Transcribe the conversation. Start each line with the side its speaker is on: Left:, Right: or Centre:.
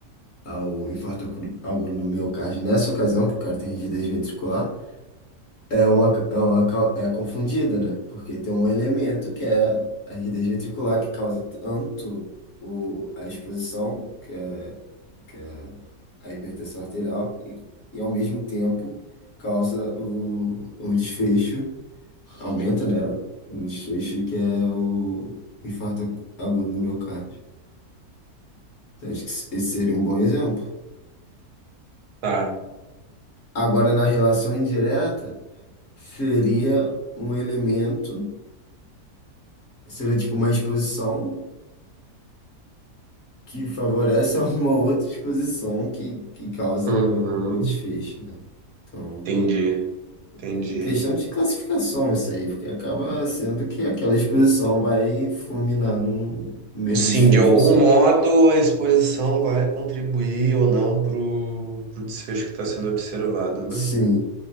Left: ao infarto acu- agudo do miocárdio nessa ocasião, que o cara tem rigidez ventricular, é uma, é uma cau- é confundida, né? Porque tem um elemento que é a rigidez ventricular que causa tanto o, a exposição, que é, que é a hipertensão arterial, e, e ao mesmo tempo causa o, o desfecho, aumenta, né? O desfecho que é o infarto agu- agudo no miocárdio. Então, acho que esse seria um bom exemplo.
Right: Tá.
Left: Agora, na relação indireta, seria um elemento seria tipo uma exposição que favorece a uma outra exposição que, que causa
Right: Uhum.
Left: o o desfecho, né? Então,
Right: Entendi, entendi.
Left: é questão de classificação isso aí, porque acaba sendo que aquela exposição vai fulminar no mesmo
Right: Sim,
Left: desfecho,
Right: de algum
Left: assim.
Right: modo a exposição vai contribuir ou não pro, pro desfecho que está sendo observado, né?
Left: Sim.